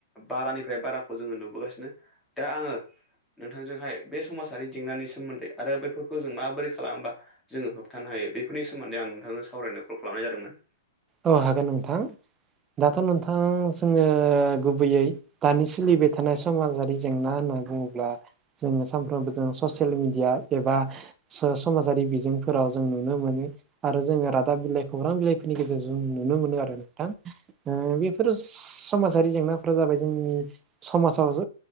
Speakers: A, in the centre; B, on the right.
A: बारानिफ्राय बाराखौ जोङो नुबोगासिनो दा आङो नोंथांजोंहाय बे समाजारि जेंनानि सोमोन्दै आरो बेफोरखौ जों माबोरै खालामोबा जोङो होबथानो हायो। बेफोरनि सोमोन्दै आं नोंथांजों सावरायनो कल खालामनाय जादोंमोन।
B: औ हागोन नोंथां दाथ' नोंथां जोङो गुबैयै दानि सोलिबाय थानाय समाजारि जेंना होनना बुङोब्ला जोङो सानफ्रोमबो जों ससियेल मिडिया एबा स-समाजारि बिजोंफोराव जों नुनो मोनो। आरो जोङो रादाब बिलाइ खौरां बिलाइफोरनि गेजेरजों नुनो मोनो आरो नोंथां ओ बे बेफोर समाजारि जेंनाफोरा जाबाय जोंनि समाजाव